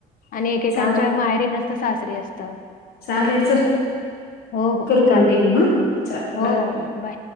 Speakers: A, on the left; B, on the left.
A: आणि एकेकांच्या
B: चालेल
A: माहेरी नस त सासरी असतं.
B: चालेल चल.
A: हो, हो.
B: करू
A: चालेल.
B: कंटिन्यू हां? चल
A: हो,
B: बाय.
A: हो. बाय.